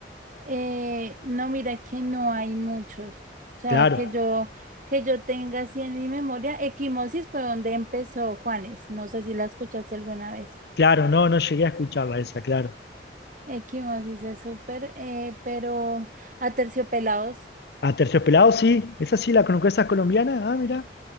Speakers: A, on the right; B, on the left.
A: Eh, no, mira que no hay muchos. O sea,
B: Claro,
A: que yo, que yo tenga así en mi memoria, Equimosis fue donde empezó Juanes. No sé si la escuchaste alguna vez.
B: claro, no, no llegué a escucharla esa, claro.
A: Equimosis es súper, eh, pero Aterciopelados,
B: A Terciopelado sí, esa sí la conozco, esa es colombiana, ah, mirá,